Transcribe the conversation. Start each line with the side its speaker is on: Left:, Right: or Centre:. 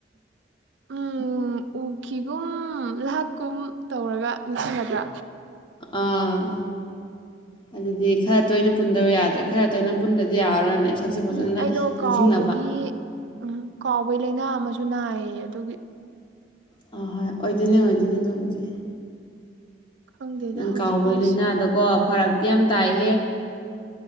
Right: ꯑꯝ ꯎꯈꯤꯒꯨꯝ ꯂꯥꯛꯀꯨꯝ ꯇꯧꯔꯒ ꯅꯤꯡꯁꯤꯡꯒꯗ꯭ꯔꯥ
Left: ꯑꯥ ꯑꯗꯨꯗꯤ ꯈꯔ ꯇꯣꯏꯅ ꯄꯨꯟꯗꯕ ꯌꯥꯗ꯭ꯔꯦ ꯈꯔ ꯇꯣꯏꯅ ꯄꯨꯟꯗꯗꯤ ꯌꯥꯔꯔꯣꯏꯅꯦ ꯁꯛꯁꯦ ꯐꯖꯅ
Right: ꯑꯝ ꯑꯩꯗꯣ
Left: ꯅꯤꯡꯁꯤꯡꯅꯕ
Right: ꯀꯥꯎꯕꯒꯤ ꯑꯝ ꯀꯥꯎꯕꯩ ꯂꯩꯅꯥ ꯑꯃꯥꯁꯨ ꯅꯥꯏꯌꯦ ꯑꯗꯨꯒꯤ
Left: ꯍꯣꯏ ꯍꯣꯏ ꯑꯣꯏꯗꯣꯏꯅꯦ ꯑꯣꯏꯗꯣꯏꯅꯤ ꯑꯗꯨꯕꯨꯗꯤ
Right: ꯈꯪꯗꯦꯗ
Left: ꯅꯪ
Right: ꯍꯧꯖꯤꯛꯀꯥꯟꯁꯦ
Left: ꯀꯥꯎꯕꯒꯤ ꯂꯩꯅꯥꯗꯨꯀꯣ ꯐꯥꯔꯛꯇꯤ ꯌꯥꯝ ꯇꯥꯏꯍꯦ